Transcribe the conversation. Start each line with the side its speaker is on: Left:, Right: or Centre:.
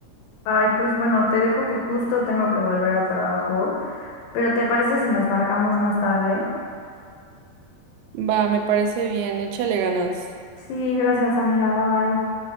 Left: Ay, pues bueno, te dejo que justo tengo que volver al trabajo, pero ¿te parece si nos marcamos más tarde?
Right: Va, me parece bien, échale ganas.
Left: Sí, gracias amiga, bye bye.